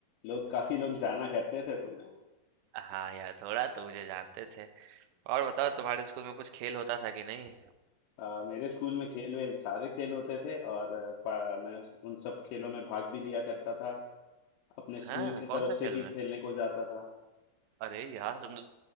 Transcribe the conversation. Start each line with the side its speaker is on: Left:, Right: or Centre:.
Left: लोग काफी लोग जाना करते थे तुम्हें
Right: हाँ यार थोड़ा तो मुझे जानते थे और बताओ तुम्हारे स्कूल में कुछ खेल होता था कि नहीं
Left: अ, मेरे स्कूल में खेल वेल सारे खेल होते थे और अ, पा- मैं उस, उन सब खेलों में भाग भी लिया करता था अपने
Right: हाँ
Left: स्कूल के
Right: कौन
Left: तरफ
Right: सा खेल
Left: से भी
Right: में
Left: खेलने को जाता था
Right: अरे यार तुम तो